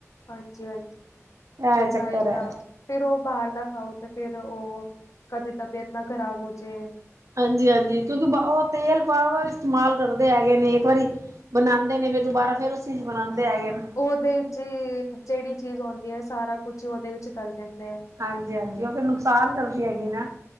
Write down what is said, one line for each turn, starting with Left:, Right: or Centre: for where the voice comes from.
Left: ਹਾਂਜੀ-ਹਾਂਜੀ,
Right: ਇਹ
Left: ਮਹਿੰਗਾਈ
Right: ਚੱਕਰ
Left: ਤਾਂ
Right: ਹੈ
Left: ਫਿਰ ਉਹ ਬਾਹਰ ਦਾ ਖਾਓ, ਤੇ ਫਿਰ ਉਹ ਕਦੇ ਤਬੀਅਤ ਨਾ ਖ਼ਰਾਬ ਹੋ ਜੇ।
Right: ਹਾਂਜੀ-ਹਾਂਜੀ ਕਿਉਂਕਿ ਉਹ ਤੇਲ ਬ ਇਸਤੇਮਾਲ ਕਰਦੇ ਹੈਗੇ ਨੇ, ਇੱਕ ਵਾਰੀ ਬਣਾਂਦੇ ਨੇ, ਫਿਰ ਦੁਬਾਰਾ ਫੇਰ ਉਸੀ ਚ ਬਣਾਂਦੇ ਹੈਗੇ ਨੇ।
Left: ਉਹਦੇ ਚ ਜਿਹੜੀ ਚੀਜ਼ ਆਉਂਦੀ ਐ, ਸਾਰਾ ਕੁਝ ਉਹਦੇ ਵਿੱਚ ਈ ਤਲ ਦਿੰਦੇ ਐ।
Right: ਹਾਂਜੀ-ਹਾਂਜੀ, ਉਹ ਫਿਰ ਨੁਕਸਾਨ ਕਰਦੀ ਹੈਗੀ ਨਾ।